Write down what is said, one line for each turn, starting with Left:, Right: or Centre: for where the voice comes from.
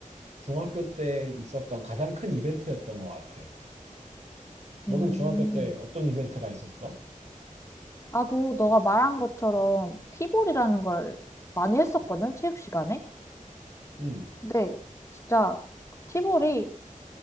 Right: 중학교 때 있었던 가장 큰 이벤트였던 것 같아. 너는
Left: 음.
Right: 중학교 때 어떤 이벤트가 있었어?
Left: 나도 너가 말한 것처럼 티볼이라는 걸 많이 했었거든, 체육 시간에.
Right: 음,
Left: 근데 진짜 티볼이